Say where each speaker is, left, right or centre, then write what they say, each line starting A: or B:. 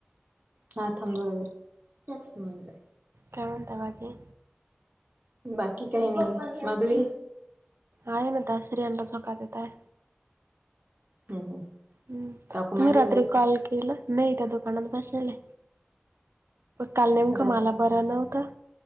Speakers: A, on the right (about 45°); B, on the right (about 80°).
A: हा थांब थोडं वेळं.
B: काय म्हणता बाकी?
A: बाकी काही नाही माधुरी
B: आहे ना बासरी अण्णांच <unintelligible> आहे
A: हम्म हम्म.
B: हम्
A: काकू
B: तुम्ही
A: मळ्यात
B: रात्री
A: गेले असतील
B: कॉल केला नाही त्या दुकानात बसले ले. काल नेमकं
A: रात्री
B: मला बरं नव्हतं.